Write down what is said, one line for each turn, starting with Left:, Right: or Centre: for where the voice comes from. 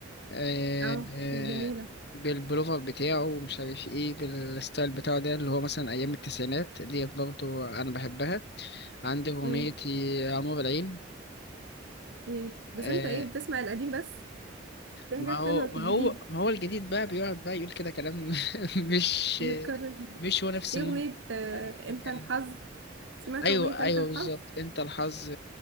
Left: آه،
Right: اه جميله
Left: آه، بالبلوفر بتاعه ومش عارف ايه بالستايل بتاعه ده اللي هو مثلا ايام التسعينات ديت برضو انا بحبها عندك اغنية
Right: امم
Left: يا نور العين
Right: امم بس
Left: آه،
Right: انت ايه بتسمع القديم بس في حاجات
Left: ما هو
Right: حلوه في
Left: ما
Right: الجديد
Left: هو ما هو الجديد بقى بيقعد بقى يقول كده كلام <laughs> مش
Right: متكرر
Left: مش هو نفس
Right: ايه
Left: مود
Right: أغنية آه،
Left: يعني
Right: انت
Left: كان
Right: الحظ سمعت
Left: ايوه
Right: أغنية انت
Left: ايوه
Right: الحظ
Left: بالظبط انت الحظ